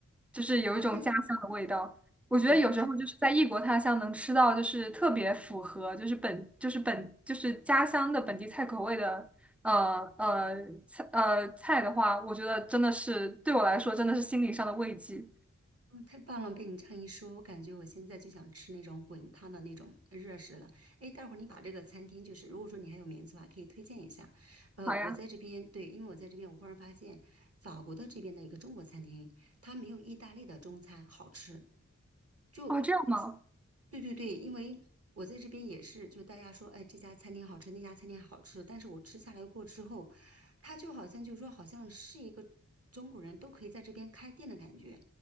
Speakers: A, in the centre; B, on the right (about 50°).
A: 就是有一种家乡的味道。
B: 发现
A: 我觉得有时候就是在异国他乡能吃到就是特别符合就是本就是本就是家乡的本地菜口味的呃呃菜呃菜的话，
B: 对，那
A: 我觉得真的是对我来说真的是心理上的慰藉。
B: 嗯，太棒了！被你这样一说，我感觉我现在就想吃那种滚烫的那种热食了。哎，待会儿你把这个餐厅，就是如果说你还有名字的话，可以推荐一下。呃，
A: 好呀，
B: 我在这边，对，因为我在这边，我忽然发现法国的这边的一个中国餐厅，它没有意大利的中餐好吃。就
A: 哦这样吗？
B: 对对对，因为我在这边也是，就大家说，哎，这家餐厅好吃，那家餐厅好吃，但是我吃下来过之后，它就好像就是说，好像是一个中国人都可以在这边开店的感觉。